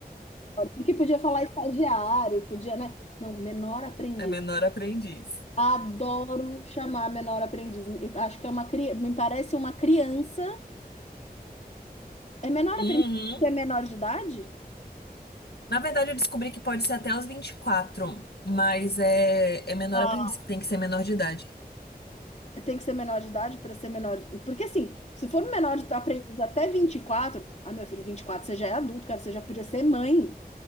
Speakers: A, on the left (about 45°); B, on the left (about 90°).
A: adoro. Porque podia falar estagiário, podia, né? Não, menor aprendiz.
B: <laughs> é menor aprendiz.
A: Adoro chamar menor aprendiz. Eu Acho que é uma criança, me parece uma criança. É menor
B: Uhum.
A: aprendiz que é menor de idade?
B: Na verdade, eu descobri que pode ser até os 24, mas é, é menor
A: Ah,
B: aprendiz, que tem que ser menor de idade.
A: Tem que ser menor de idade para ser menor. Porque assim, se for um menor de aprendiz até 24. ah, meu filho, 24. você já é adulto, cara, você já podia ser mãe.